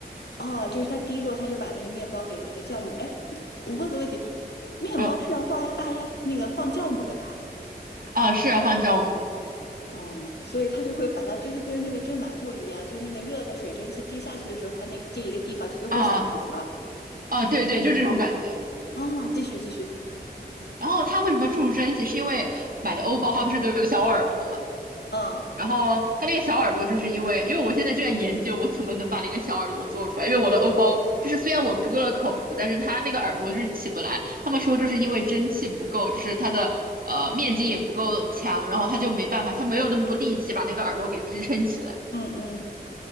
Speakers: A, on the left; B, on the right.
A: 哦，就是它滴落，它就把那个面包给那个酵母。哎，我问个问题，面包是要放放那个放酵母的吧？
B: 啊啊，是要放酵母
A: 哦，所以它就会把它就是跟那个蒸馒头一样，就那个热的水蒸气滴下去的时候，它那这一个地方它就会死了。
B: 啊啊啊对对，就这种感觉。
A: 啊、继续继续，
B: 然后它为什么注入蒸汽？是因为买的欧包它不是都有一个小耳朵嘛？
A: 嗯
B: 然后它那个小耳朵，就是因为因为我现在就在研究我怎么能把那个小耳朵做出来，因为我的欧包就是虽然我割了口子，但是它那个耳朵就是起不来。他们说就是因为蒸汽不够，就是它的呃面筋也不够强，然后它就没办法，它没有那么多力气把那个耳朵给支撑起来。
A: 嗯嗯，